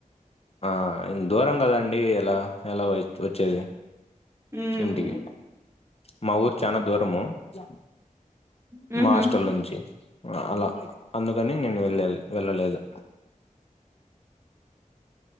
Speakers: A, on the left; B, on the right.
A: ఆ ఇం దూరం కదండీ ఆ ఎలా ఎలా వచ్చేది
B: మ్మ్
A: ఇంటికి మా ఊరు చానా దూరము చ
B: మ్మ్
A: మా
B: హ్మ్
A: హాస్టల్
B: ఊహు
A: నుంచి అలా అందుకని నేను వెళ్ళాలి. వెళ్ళలేదు